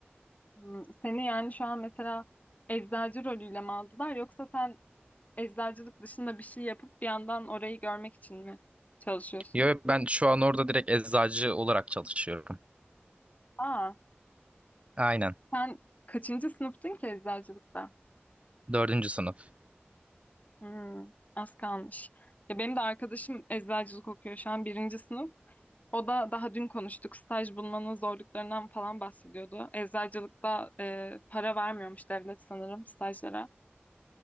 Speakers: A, on the left; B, on the right.
A: Hmm, seni yani şu an mesela eczacı rolüyle mi aldılar yoksa sen Eczacılık dışında bir şey yapıp bir yandan orayı görmek için mi çalışıyorsun?
B: Yo, ben şu an orada direkt eczacı olarak çalışıyorum.
A: Aa,
B: Aynen.
A: sen kaçıncı sınıftın ki eczacılıkta?
B: Dördüncü sınıf.
A: Hmm, az kalmış. Ya benim de arkadaşım eczacılık okuyor şu an birinci sınıf. O da daha dün konuştuk staj bulmanın zorluklarından falan bahsediyordu. Eczacılıkta e, para vermiyormuş devlet sanırım stajlara.